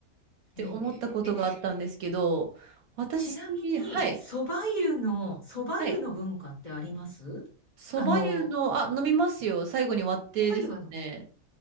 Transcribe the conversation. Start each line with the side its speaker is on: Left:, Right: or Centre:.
Right: って思ったことがあったんですけど、
Left: へえ、え、
Right: 私、
Left: ちなみに、
Right: はい、
Left: 蕎麦湯の、蕎麦湯の文化ってあります
Right: はい。そば湯の、
Left: あの、
Right: あ、飲みますよ。最後に割ってですね。
Left: 蕎麦湯はあの、